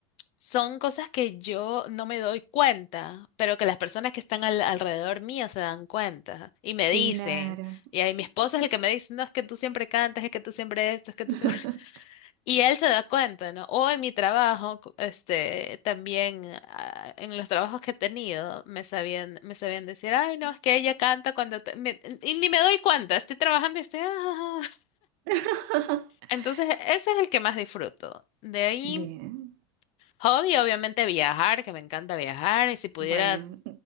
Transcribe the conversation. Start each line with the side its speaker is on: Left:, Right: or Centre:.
Left: son cosas que yo no me doy cuenta, pero que las personas que están al- alrededor mío se dan cuenta y me dicen.
Right: Claro.
Left: Y ahí mi esposo es el que me dice, no, es que tú siempre cantas, es que tú siempre esto, es que
Right: <laughs>
Left: tú siempre... Y él se da cuenta, ¿no? O en mi trabajo, co- este, también ah, en los trabajos que he tenido, me sabían, me sabían decir, ay, no, es que ella canta cuando... te-". Me- y ni me doy cuenta, estoy trabajando y estoy... "Ah". ja, ja".
Right: <laughs>
Left: <laughs> Entonces, ese es el que más disfruto. De ahí,
Right: Bien,
Left: hobby, obviamente viajar, que me encanta viajar, y si pudiera
Right: bueno,